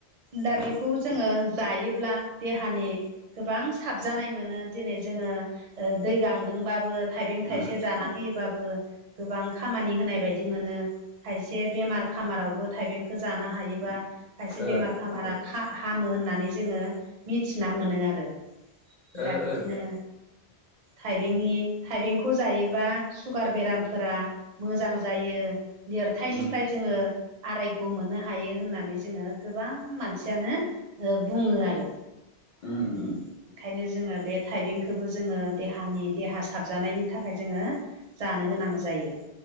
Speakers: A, on the right (about 50°); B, on the left (about 50°).
A: दा
B: ओ
A: बेखौ जोङो जायोब्ला देहानि गोबां साबजानाय मोनो दिनै जोङो दै गांदोंबाबो थाइबें थाइसे
B: उम
A: जाना होयोबाबो गोबां खामानि होनाय बायदि मोनो खायसे बेमार खामारावबो थाइबेंखौ जानो हायोबा खायसे बेमार
B: ओ
A: खामारा हामो होननानै जोंङो मिथिना मोनो आरो दा
B: ओ
A: बिदिनो
B: ओ
A: थाइबेंनि थाइबेंखौ जायोबा सुगार बेरामफोरा मोजां जायो देरथायनिफ्राय
B: उम
A: जोङो आरायग' मोननो हायो होननानै जोङो गोबां मानसियानो बुङो आरो
B: उम उम
A: ओंखायनो जोङो बे थाइबेंखौबो जोङो देहानि देहा साबजानायनि थाखाय जोङो जानो गोनां जायो